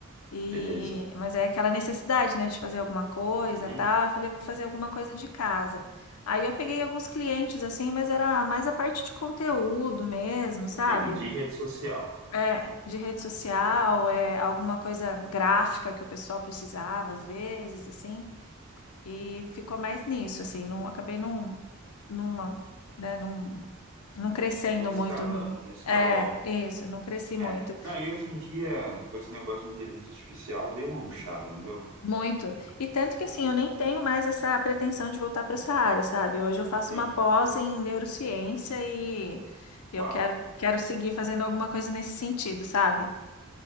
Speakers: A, on the left (about 80°); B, on the right (about 65°).
A: E...
B: Beleza.
A: Mas é aquela necessidade, né, de fazer alguma coisa,
B: Uhum.
A: e tal. Eu falei, vou fazer alguma coisa de casa. Aí eu peguei alguns clientes, assim, mas era mais a parte de conteúdo mesmo, sabe?
B: Sim, de rede social.
A: É, de rede social, é, alguma coisa gráfica que o pessoal precisava, às vezes, assim. E ficou mais nisso, assim, não, acabei não, numa, né, não, não crescendo
B: Não escalando,
A: muito no,
B: não escalou.
A: é, isso, não cresci
B: É.
A: muito,
B: Não, e hoje em dia, com esse negócio de inteligência artificial, deu uma murchada, não deu?
A: muito. E tanto que, assim, eu nem tenho mais essa pretensão de voltar para essa área, sabe? Hoje eu faço
B: Sim.
A: uma pós em neurociência e eu
B: Uau.
A: quero, quero seguir fazendo alguma coisa nesse sentido, sabe?